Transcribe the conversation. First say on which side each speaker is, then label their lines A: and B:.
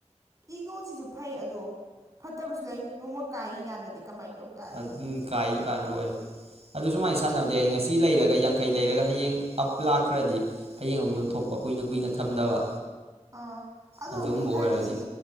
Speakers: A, on the right (about 30°); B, on the right (about 60°).
A: ꯏꯒꯣꯜꯁꯤꯁꯨ ꯐꯩ ꯑꯗꯣ ꯐꯠꯇꯕꯁꯨ ꯂꯩ ꯅꯣꯡꯃ ꯀꯥꯏꯈꯤ ꯀꯥꯟꯗꯗꯤ ꯀꯃꯥꯏꯅ ꯇꯧ ꯇꯥꯔꯦ
B: ꯑꯗꯨꯝ ꯀꯥꯏ ꯀꯥꯟ ꯂꯣꯏꯔꯦ ꯑꯗꯨ ꯁꯨꯃꯥꯏꯅ ꯁꯥꯟꯅꯕꯗꯤ
A: ꯑꯗꯨ
B: ꯑꯩ ꯉꯁꯤ ꯂꯩꯔꯒ ꯌꯥꯡꯈꯩ ꯂꯩꯔꯒ ꯍꯌꯦꯡ ꯑꯞ ꯂꯥꯛꯈ꯭ꯔꯗꯤ ꯍꯌꯦꯡ ꯑꯃꯨꯛ ꯌꯣꯟꯊꯣꯛꯄ ꯀꯨꯏꯅ ꯀꯨꯏꯅ ꯊꯝꯗꯕ
A: ꯑꯥ ꯑꯗꯣ
B: ꯑꯗꯨꯒꯨꯝꯕ
A: ꯃꯤ
B: ꯑꯣꯏꯔꯗꯤ
A: ꯈꯔꯗꯤ ꯁꯤ